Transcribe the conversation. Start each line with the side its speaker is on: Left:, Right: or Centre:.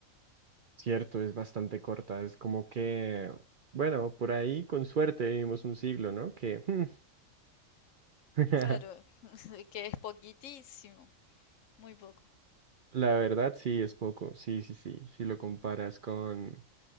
Right: Cierto, es bastante corta, es como que, bueno, por ahí con suerte vivimos un siglo, ¿no? Que hmm, <laughs>
Left: Claro, <laughs> que es poquitísimo, muy poco,
Right: la verdad sí es poco, sí, sí, sí, si lo comparas con